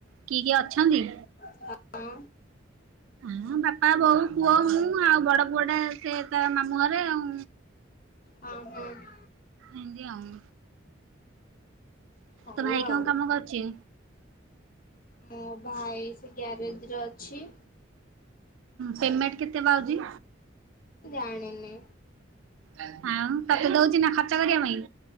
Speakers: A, on the right; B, on the left.
A: କିଏ ଅଛନ୍ତି?
B: ହଁ ହଁ ହଁ
A: ହଁ ବାପା ବୋଉ ପୁଅ ମୁଁ ଆଉ ବଡ଼ ପୁଅଟା ସେ ତା ମାମୁଁ ଘରେ ଆଉ।
B: ହଁ ହଁ।
A: ଏମିତି ଆଉ
B: ହଉ
A: ତୋ ଭାଇ
B: ଆଉ
A: କଣ କାମ କରୁଛି?
B: ମୋ ଭାଇ ସେ ଗ୍ୟାରେଜରେ ଅଛି।
A: ପେମେଣ୍ଟ କେତେ ବାଉଛି।
B: ଜାଣିନି
A: ଆଉ ତତେ ଦଉଛି ନା ଖର୍ଚ୍ଚ କରିବା ପାଇଁ?